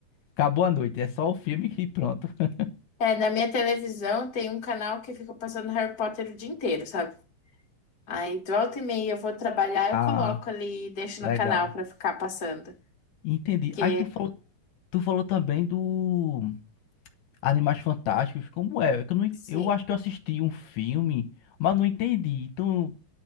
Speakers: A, on the left; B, on the left.
A: acabou a noite. É só o filme e pronto. <laughs>
B: É, na minha televisão tem um canal que fica passando Harry Potter o dia inteiro, sabe? Aí, de volta e meia eu vou trabalhar, eu
A: Ah,
B: coloco ali e deixo
A: legal.
B: no canal pra ficar passando.
A: Entendi.
B: Que,
A: Aí tu falou, tu falou também do Animais Fantásticos. Como é? É que Eu, não en-
B: sim.
A: eu acho que eu assisti um filme, mas não entendi. Então,